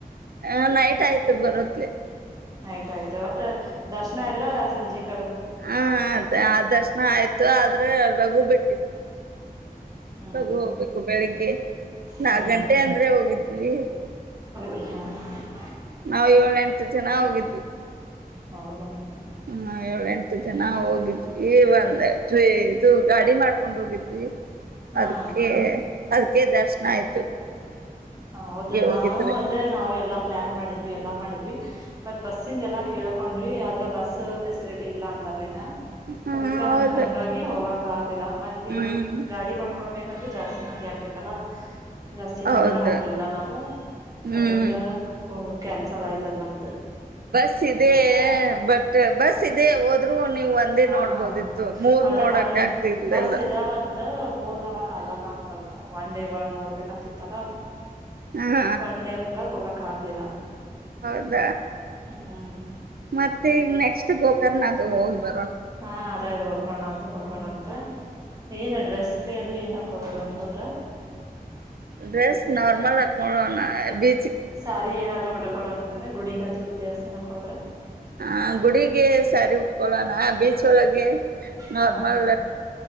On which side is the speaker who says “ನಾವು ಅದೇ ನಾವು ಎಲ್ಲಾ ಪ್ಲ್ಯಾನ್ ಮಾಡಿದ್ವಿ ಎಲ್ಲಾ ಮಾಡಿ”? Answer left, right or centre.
Right